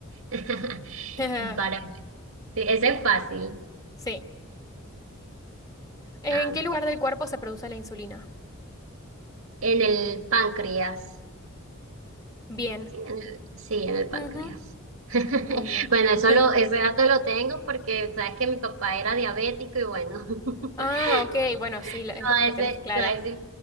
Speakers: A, on the right; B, on the left.
A: <laughs>
B: <laughs>
A: Para, sí, ese es fácil.
B: Sí. ¿En
A: Ah,
B: qué lugar del cuerpo se produce la insulina?
A: en el páncreas.
B: Bien.
A: Sí, en el, sí, en el páncreas.
B: Ujú.
A: <laughs>
B: Muy bien.
A: Bueno, eso
B: <laughs>
A: lo, ese dato lo tengo porque sabes que mi papá era diabético y bueno, <laughs>
B: Ah, ok. Bueno, sí, la,
A: Toda,
B: la
A: ese-
B: tenés clara.
A: toda, ese-